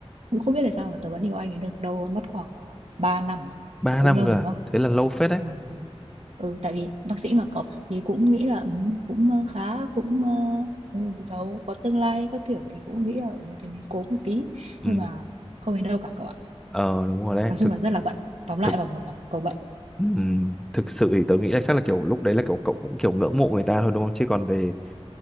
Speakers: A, on the right; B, in the centre.
A: cũng không biết là sao mà tớ vẫn yêu anh ấy được đâu mất khoảng uh, 3 năm à.
B: Ba
A: Ờ, Cũng
B: năm
A: lâu
B: cơ
A: đúng
B: à?
A: không?
B: Thế là lâu phết đấy.
A: Ừ, đúng. ừ, tại vì bác sĩ mà cậu thì cũng nghĩ là ừ, cũng ờ, khá cũng ờ, ừ, giàu có tương lai các kiểu thì cũng nghĩ là ừ, thì mình cố một tí
B: Ừ.
A: nhưng mà không đến đâu cả cậu ạ.
B: Ờ đúng rồi đấy.
A: Nói chung
B: Thực
A: là rất là bận. Tóm lại
B: thực
A: vào một là cậu bận.
B: Ừm, thực sự thì tớ nghĩ là
A: Ừ,
B: chắc là kiểu lúc đấy là kiểu cậu cũng kiểu ngưỡng mộ người ta thôi đúng không? Chứ còn về